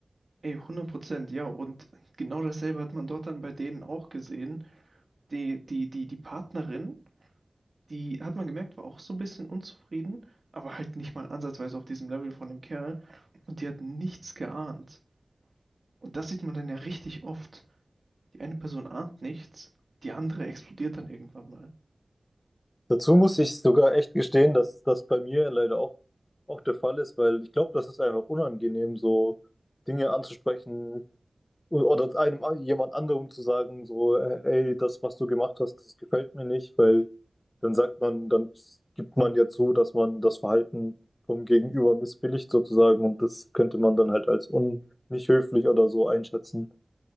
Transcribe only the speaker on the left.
Dazu muss ich sogar echt gestehen, dass das bei mir leider auch, auch der Fall ist, weil ich glaube, das ist einfach unangenehm, so Dinge anzusprechen, Oder einem jemand anderem zu sagen, so, äh, ey, das, was du gemacht hast, das gefällt mir nicht, weil dann sagt man, dann gibt man ja zu, dass man das Verhalten vom Gegenüber missbilligt sozusagen und das könnte man dann halt als un nicht höflich oder so einschätzen.